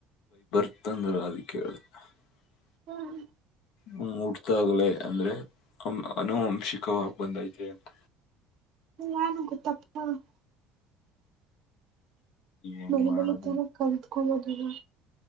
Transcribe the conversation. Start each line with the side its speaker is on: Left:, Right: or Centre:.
Left: <unintelligible>
Right: <inaudible>
Left: ಹ್ಮ ಉಡ್ತಾಗಲ ಅಂದ್ರೆ ಅನುಂಶಿಕವಾಗ ಬಂದಐತೆ ಅಂತ
Right: ಯನ್ ಗತ್ತಪ್ಪ <unintelligible>
Left: ಏನ್
Right: ಬೆಳಿ
Left: ಮಾಡೋದು
Right: ಬೆಳಿ ತಾನ ಕತ್ಕೊಳ್ಳದಿಲ್ಲ